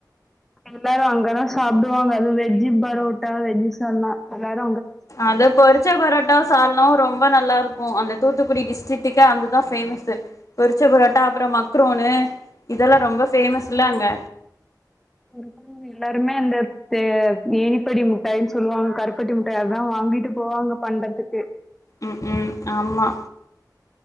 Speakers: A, in the centre; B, on the left.
A: எல்லாரு அங்கதா சாப்டுவாங்க அது வெஜ்ஜி பரோட்டா வெஜ்ஜி சால்னா எல்லாரு
B: அது பொரிச்ச பரோட்டாவு சால்னாவு ரொம்ப நல்லாரு க்கு அந்த தூத்துக்குடி டிஸ்டிடிக்கு அதுதா ஃபேமஸு பொரிச்ச பரோட்டா அப்புறோ மக்ரோனு இதெல்லா ரொம்ப ஃபேமஸ் இல்ல அங்க
A: <unintelligible> எல்லாருமே அந்த பே ஏனிப்படி முட்டாயின் சொல்லுவாங்க கருப்பட்டி முட்டாய் அத்தா வா ங்கிட்டு போவாங்க பண்டதுக்கு
B: ம் ம் ஆம்மா